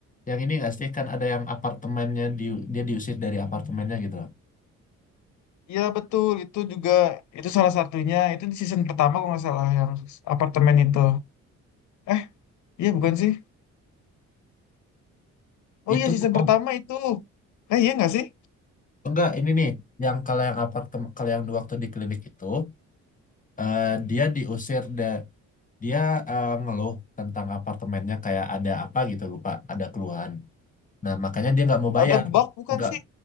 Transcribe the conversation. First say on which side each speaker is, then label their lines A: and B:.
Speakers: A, on the left; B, on the left.
A: yang ini nggak sih kan ada yang apartemennya di, dia diusir dari apartemennya gitu loh.
B: Iya betul itu juga itu salah satunya itu di season pertama kalau nggak salah yang apartemen itu eh iya bukan sih oh
A: Itu
B: iya season
A: oh
B: pertama itu eh iya nggak sih
A: enggak ini nih yang kalau yang apartemen kalau yang waktu di klinik itu eh, dia diusir da, dia eh, ngeluh tentang apartemennya kayak ada apa gitu lupa ada keluhan. Nah makanya dia nggak mau
B: ada
A: bayar
B: bug bukan
A: nggak
B: sih